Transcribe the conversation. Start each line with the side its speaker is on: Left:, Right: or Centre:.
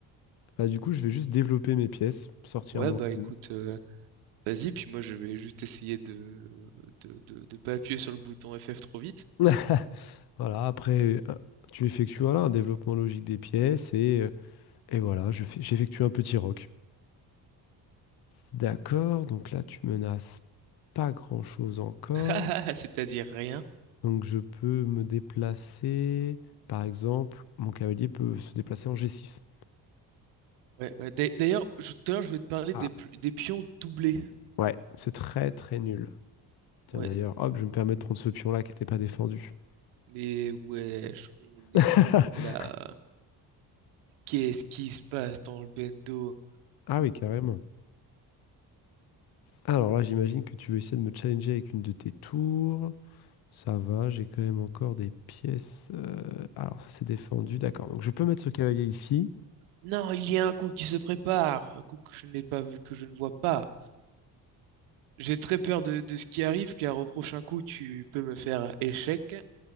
Left: Bah, du coup, je vais juste développer mes pièces, sortir
Right: Ouais,
Left: mon
Right: bah
Left: coup.
Right: écoute, euh, vas-y, puis moi je vais juste essayer de, de, de, de pas appuyer sur le bouton FF trop vite,
Left: <laughs> Voilà, après, euh, tu effectues voilà, un développement logique des pièces et, euh, et voilà, je fais- j'effectue un petit rock. D'accord, donc là, tu menaces pas grand-chose encore.
Right: <laughs> c'est-à-dire rien.
Left: Donc je peux me déplacer, par exemple, mon cavalier peut se déplacer en G6.
Right: Ouais, ouais. D'a- D'ailleurs, je- tout à l'heure, je voulais te parler
Left: Ah,
Right: des, pl- des pions doublés.
Left: ouais, c'est très très nul. Tiens
Right: Ouais,
Left: d'ailleurs, hop, je me permets de prendre ce pion-là qui n'était pas défendu.
Right: mais ouais, on est
Left: <laughs>
Right: où là? Qu'est-ce qui se passe dans le bendo?
Left: Ah oui, carrément. Alors là, j'imagine que tu veux essayer de me challenger avec une de tes tours. Ça va, j'ai quand même encore des pièces. euh, Alors ça c'est défendu, d'accord. Donc je peux mettre ce cavalier ici.
Right: Non, il y a un coup qui se prépare, un coup que je n'ai pas vu, que je ne vois pas. J'ai très peur de, de ce qui arrive, car au prochain coup, tu peux me faire échec,